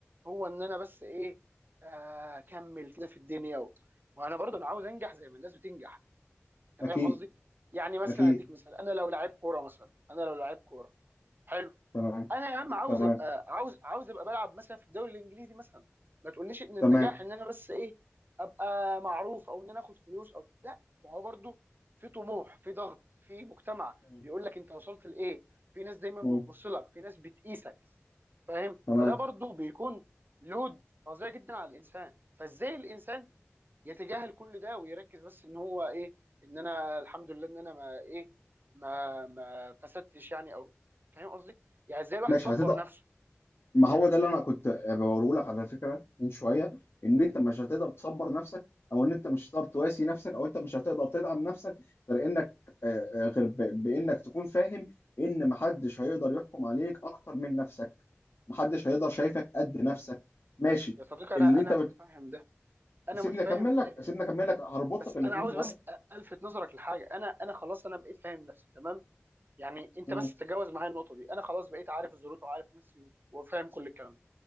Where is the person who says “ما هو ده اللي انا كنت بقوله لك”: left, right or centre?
Left